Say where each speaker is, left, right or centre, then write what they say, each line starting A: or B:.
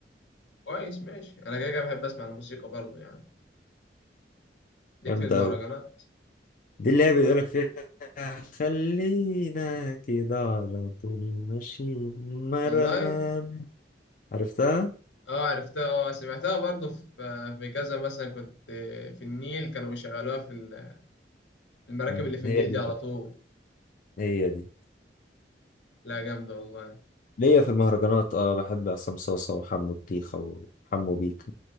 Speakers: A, on the left; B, on the left.
A: كويس ماشي أنا كده كده بحب أسمع الموسيقى برضه يعني ليك
B: جامده
A: في المهرجانات
B: قوي دي اللي هي بيقول لك فيها خلينا كده على طول ماشيين مرمان
A: والله
B: عرفتها
A: اه عرفتها اه سمعتها برضه في في كذا مثلا كنت في النيل كانوا بيشغلوها في ال- في المراكب
B: مم.
A: اللي في
B: هي
A: النيل
B: دي
A: دي على
B: بقى
A: طول
B: هي دي
A: لا جامدة والله
B: ليا في المهرجانات اه بحب عصام صاصا وحمو الطيخة وحمو بيك